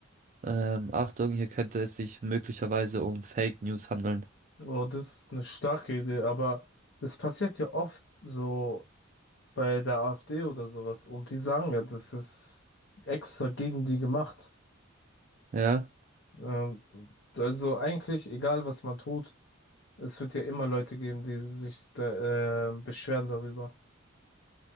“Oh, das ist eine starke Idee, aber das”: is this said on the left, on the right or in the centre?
Left